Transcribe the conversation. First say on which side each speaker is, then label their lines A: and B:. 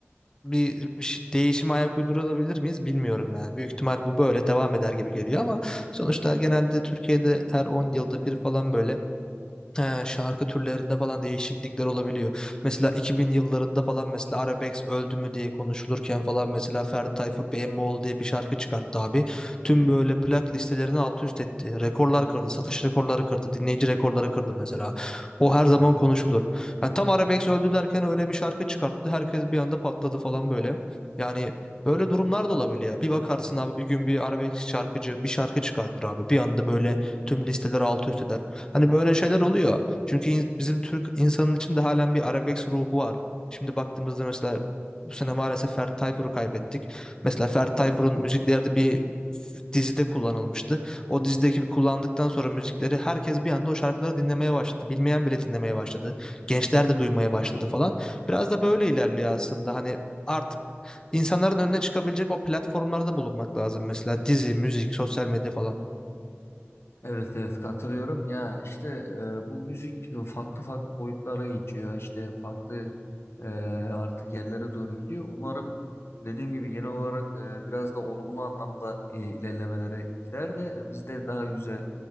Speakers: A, on the left; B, on the left.
A: bir, bir şey- değişime ayak uydurabilir miyiz bilmiyorum yani. Büyük ihtimal bu böyle devam eder gibi geliyor ama sonuçta genelde Türkiye'de her 10 yılda bir falan böyle He, şarkı türlerinde falan değişiklikler olabiliyor. Mesela 2000 yıllarında falan mesela Arabex öldü mü diye konuşulurken falan mesela Ferdi Tayfur BMO diye bir şarkı çıkarttı abi. Tüm böyle plak listelerini alt üst etti. Rekorlar
B: Hmm,
A: kırdı. Satış rekorları kırdı. Dinleyici rekorları kırdı mesela. O her
B: vay
A: zaman
B: be.
A: konuşulur. Yani tam Arabex öldü derken öyle bir şarkı çıkarttı. Herkes bir anda patladı falan böyle. Yani böyle durumlar da olabiliyor. Bir bakarsın abi bir gün bir Arabex şarkıcı bir şarkı çıkartır abi. Bir anda böyle Tüm listeler altı üst eder. Hani böyle şeyler oluyor. Çünkü in- bizim Türk insanın içinde halen bir arabesk ruhu var. Şimdi baktığımızda mesela bu sene maalesef Ferdi Tayfur'u kaybettik. Mesela Ferdi Tayfur'un müzikleri de bir f- dizide kullanılmıştı. O dizideki bir kullandıktan sonra müzikleri herkes bir anda o şarkıları dinlemeye başladı. Bilmeyen bile dinlemeye başladı. Gençler de duymaya başladı falan. Biraz da böyle ilerliyor aslında. Hani artık insanların önüne çıkabilecek o platformlarda bulunmak lazım mesela dizi, müzik, sosyal medya falan.
B: Evet evet katılıyorum. Ya işte e, bu müzik farklı farklı boyutlara geçiyor. İşte farklı e, artık yerlere doğru gidiyor. Umarım dediğim gibi genel olarak e, biraz da olumlu anlamda e, ilerlemelere gider de biz de daha güzel